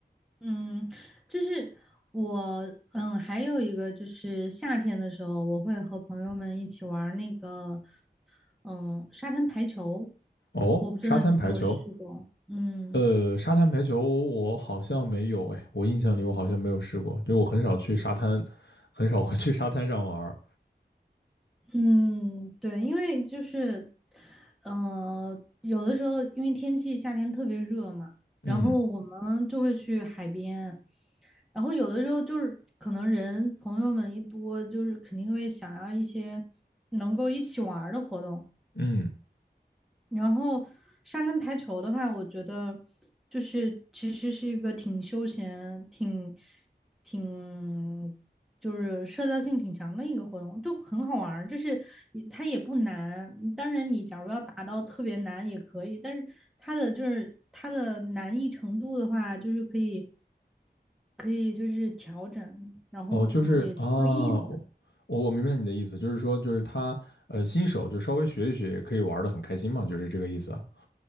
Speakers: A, in the centre; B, on the left.
A: 嗯，就是我，嗯，还有一个就是夏天的时候，我会和朋友们一起玩儿那个，嗯，沙滩排球。
B: 哦，
A: 我不知道你有没有试过。
B: 沙滩排球，
A: 嗯
B: 呃，沙滩排球我好像没有哎，我印象里我好像没有试过，就我很少去沙滩，很少会去沙滩上玩儿
A: 嗯，对，因为就是，呃，有的时候因为天气夏天特别热嘛，
B: 嗯
A: 然后我们就会去海边，然后有的时候就是可能人朋友们一多，就是肯定会想要一些能够一起玩儿的活动。
B: 嗯，
A: 然后沙滩排球的话，我觉得就是其实是一个挺休闲、挺挺就是社交性挺强的一个活动，就很好玩儿。就是你它也不难，当然你假如要达到特别难也可以，但是它的就是它的难易程度的话，就是可以可以就是调整，然后也挺有意思的。
B: 哦，就是啊，我我明白你的意思，就是说就是他呃新手就稍微学一学也可以玩的很开心嘛，就是这个意思啊。